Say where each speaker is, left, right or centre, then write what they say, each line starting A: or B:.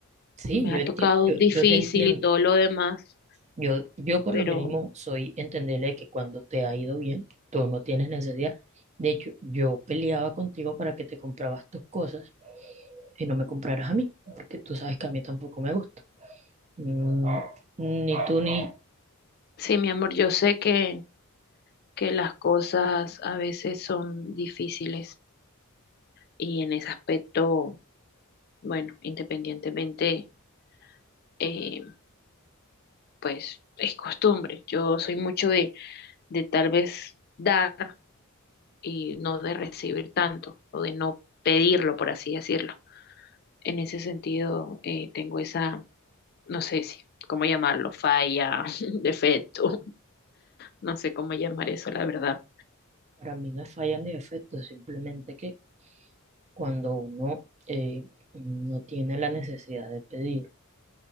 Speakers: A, on the right; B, on the left.
A: sí,
B: me
A: yo
B: ha
A: entiendo,
B: tocado
A: yo,
B: difícil
A: yo te entiendo.
B: y todo lo demás,
A: Yo, yo por
B: pero
A: lo mínimo soy entenderle que cuando te ha ido bien, tú no tienes necesidad. De hecho, yo peleaba contigo para que te comprabas tus cosas y no me compraras a mí, porque tú sabes que a mí tampoco me gusta. Mm, ni tú ni
B: sí, mi amor, yo sé que que las cosas a veces son difíciles y en ese aspecto, bueno, independientemente, eh, pues es costumbre. Yo soy mucho de, de tal vez dar y no de recibir tanto o de no pedirlo, por así decirlo. En ese sentido, eh, tengo esa, no sé si, cómo llamarlo, falla, <laughs> defecto, no sé cómo llamar eso, la verdad.
A: para mí no es falla ni defecto, simplemente que cuando uno eh, no tiene la necesidad de pedir